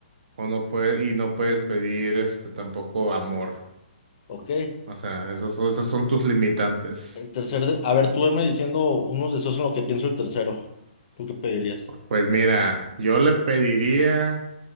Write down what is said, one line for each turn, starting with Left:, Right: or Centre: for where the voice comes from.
Right: o no puede- y no puedes pedir este tampoco amor.
Left: ok.
Right: O sea, esos son- esas son tus limitantes.
Left: El tercer, de- a ver, tú veme diciendo unos deseos en lo que pienso el tercero. ¿Tú qué pedirías?
Right: Pues mira, yo le pediría